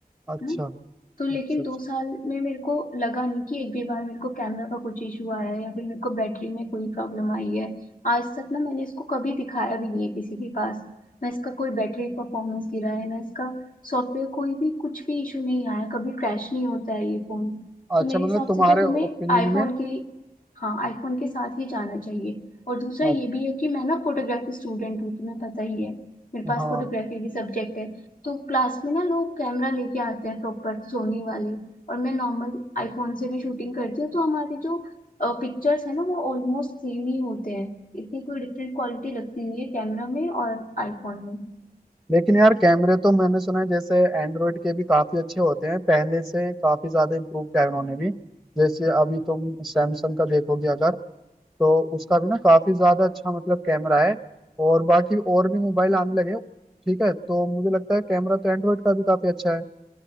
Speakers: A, in the centre; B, on the left.
A: अच्छा
B: हैं? तो लेकिन
A: अच्छा
B: दो
A: अच्छा
B: साल में मेरे को लगा नहीं कि एक भी बार मेरे को कैमरा का कुछ इशू आया है या फिर मेरे को बैटरी में कोई प्रॉब्लम आई है आज तक ना मैंने इसको कभी दिखाया भी नहीं है किसी के पास ना इसका कोई बैटरी परफॉर्मेंस गिरा है ना इसका सॉफ्टवेयर कोई भी कुछ भी इशू नहीं आया कभी क्रैश नहीं होता है ये फोन
A: अच्छा
B: तो मेरे
A: मतलब
B: हिसाब
A: तुम्हारे
B: से तो तुम्हें
A: ओपिनियन
B: आईफोन
A: में
B: के लिए हाँ आईफोन के साथ ही जाना चाहिए और दूसरा
A: अच्छा,
B: ये भी है कि मैं ना फोटोग्राफी स्टूडेंट हूँ तुम्हें पता ही है मेरे पास
A: हाँ
B: फोटोग्राफी की सब्जेक्ट है तो क्लास में ना लोग कैमरा लेके आते हैं प्रॉपर सोनी वाली और मैं नॉर्मल आईफोन से भी शूटिंग करती हूँ तो हमारी जो पिक्चर्स है ना वो ऑलमोस्ट सेम ही होते हैं इतनी कोई डिफरेंट क्वालिटी लगती नहीं है कैमरा में और आईफोन में
A: लेकिन यार कैमरे तो मैंने सुना है जैसे एंड्रॉइड के भी काफी अच्छे होते हैं पहले से काफी ज्यादा इम्प्रूव किया है उन्होंने भी जैसे अभी तुम सैमसंग का देखोगे अगर तो उसका भी ना काफी ज्यादा अच्छा मतलब कैमरा है और बाकी और भी मोबाइल आने लगे हैं, ठीक है तो मुझे लगता है कैमरा तो एंड्रॉइड का भी काफी अच्छा है